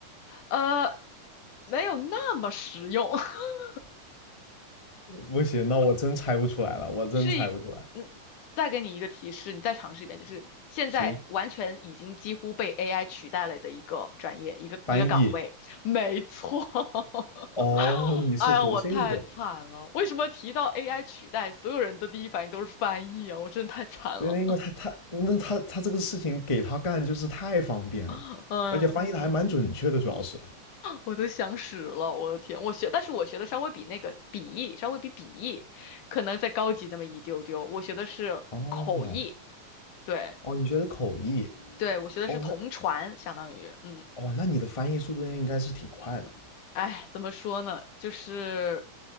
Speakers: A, on the left; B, on the left.
A: 呃，没有那么实用，<laughs>
B: 不行，那我真猜不出来了，我真猜不出来。
A: 是一，嗯，再给你一个提示，你再尝试一遍，就是现在完全已经几乎被
B: 行，
A: AI 取代了的一个专业，一个一个岗位，
B: 翻译
A: 没错。
B: 哦，
A: <laughs>
B: 你是读这个？
A: 哎呀，我太惨了！为什么提到 AI 取代，所有人的第一反应都是翻译啊？我真的太惨了。
B: 对，那因为他他那他他这个事情给他干就是太方便了，
A: <laughs> 哎呦，
B: 而且翻译的还蛮准确的，主要是。
A: 我都想死了，我的天！我学，但是我学的稍微比那个笔译，稍微比笔译可能再高级那么一丢丢。我学的是口译，
B: 哦
A: 对
B: 哦，你学的口译？
A: 对，我学的是同传，
B: 哦，那
A: 相当于，嗯，
B: 哦，那你的翻译速度应该是挺快的，
A: 哎，怎么说呢？就是